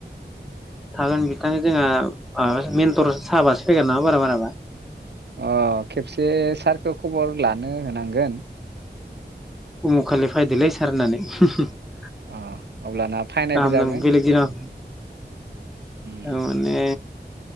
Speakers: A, in the centre; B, on the right.
A: थागोन बिथां जोंहा ओ मेन्टर साबासो फैगोन ना बारा बाराबा।
B: अ' खेबसे सारखौ खबर लानो होनांगोन।
A: उमुगखालि फायदोलै सार होननानै। गाहाम
B: अ अब्लाना फायनायबो जागोन
A: नाङो बेलेक दिनाव।
B: उम
A: ओ ने।